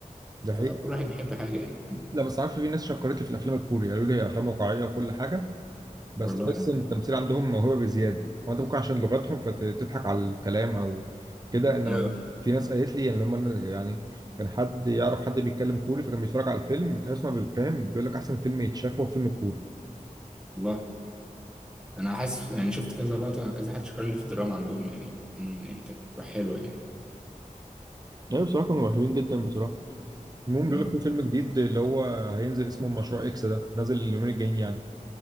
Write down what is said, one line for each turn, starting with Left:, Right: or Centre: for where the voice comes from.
Right: ده
Centre: فكل
Right: حقيقي
Centre: واحد بيحب حاجة يعني <laughs>
Right: لا بس عارف في ناس شكرت لي في الافلام الكوري قالوا لي هي افلام واقعيه وكل حاجه بس
Centre: والله
Right: تحس ان التمثيل عندهم موهبه بزياده هو انت ممكن عشان لغتهم فتضحك على الكلام او كده انما
Centre: اه
Right: في ناس قالت لي يعني لما يعني كان حد يعرف حد بيتكلم كوري فكان بيتفرج على الفيلم تحس انه فاهم بيقول لك احسن فيلم يتشاف هو فيلم الكوري
Centre: والله أنا حاسس يعني شفت كذا لقطة كذا حد شكر لي في الدراما عندهم يعني عموما يعني كانت بتبقى حلوة يعني
Right: ايوه بصراحه كانوا حلوين جدا بصراحه المهم بيقول
Centre: اه
Right: لك في فيلم جديد اللي هو هينزل اسمه مشروع اكس ده نازل اليومين الجايين يعني